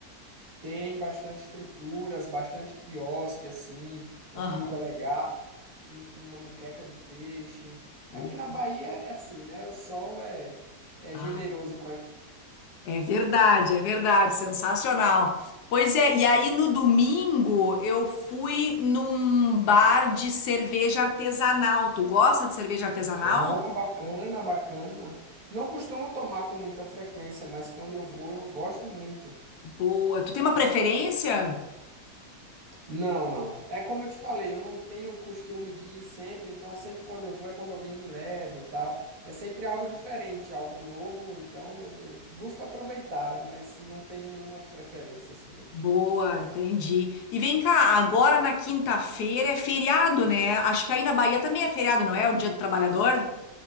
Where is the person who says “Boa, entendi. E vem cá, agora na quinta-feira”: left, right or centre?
Left